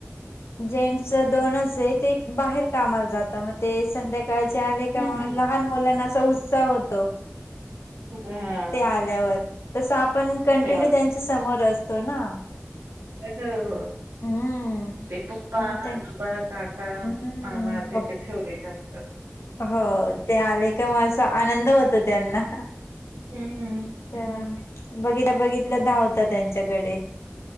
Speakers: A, on the left; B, on the right.
A: जेन्स अस दोनच ते बाहेर कामाला जात मग ते संध्या काळचे आले का
B: हं,
A: मग
B: हं.
A: लहान मुलांना असा उत्साह होतो.
B: हां.
A: ते आल्यावर तस आपण कंटिन्यू
B: चालेल.
A: त्यांच्या समोर असतो ना.
B: हो हो
A: हम्म
B: ते पप्पा
A: मग
B: <unintelligible>
A: ते
B: परत काका,
A: हम्म
B: मामा त्यांचे
A: पप-
B: फेवरेट अस
A: हो ते आले का मग असा आनंद होतो त्यांना.
B: हं,
A: अ
B: हं.
A: बघितल्या, बघितल्या धावता त्यांच्याकडे.